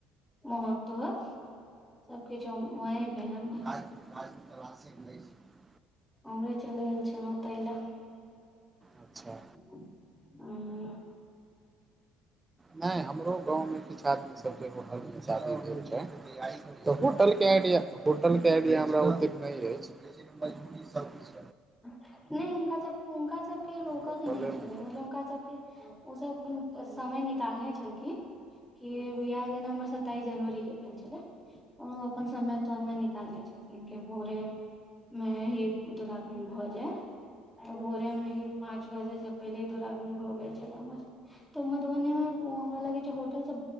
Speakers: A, in the centre; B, on the right.
A: मौहक-तौकह सब किछ वहें भेल हमर
B: <unintelligible>
A: उमरे चलि गेल छलौ ताहि लै।
B: अच्छा
A: हू
B: नै हमरो गाँवमे किछु आदमी सबके होटल में शादी भेल छैय। तऽ होटल के आइडिया हो होटल के आइडिया हमरा ओतेक नै अछि
A: नै हुनका सब हुनका सबके रोकऽ
B: होटलेमे
A: के नै छलै
B: तऽ
A: मतलब हुनका सबके ओ सब अपन समय निकालने छेलखिन कि बियाह जेना हमर सत्ताइस जनवरी के भेल छेलेै। ओ अपन समय-तमय निकालने छेलखिन की भोरे में ही दुरागमन भऽ जै। आ भोरे मे ही पाँच बजे से पहिले दुरागन भऽ गेल छैल हमर तऽ मधुबनी मे ओ हमरा लागै छै होटल से